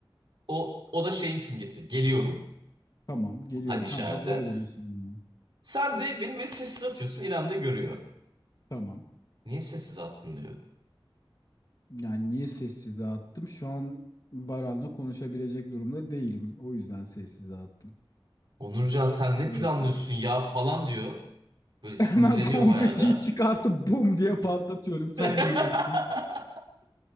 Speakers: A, on the right; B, on the left.
A: O o da şeyin simgesi. Geliyorumun
B: tamam geliyorum.
A: hani işareti.
B: Ha haber veriyorsun bana.
A: Sen de beni böyle sessiz atıyorsun. İrem de görüyor.
B: Tamam.
A: Niye sessiz attın diyor.
B: Yani niye sessize attım? Şu an Baran'la konuşabilecek durumda değilim. O yüzden sessize attım.
A: Onurcan sen ne
B: Gayet
A: planlıyorsun
B: iyi.
A: ya falan diyor. Böyle
B: <laughs>
A: sinirleniyor
B: Hemen konfetiyi
A: bayağı da.
B: çıkartıp bum diye patlatıyorum. Sen
A: <laughs>
B: geliyorsun.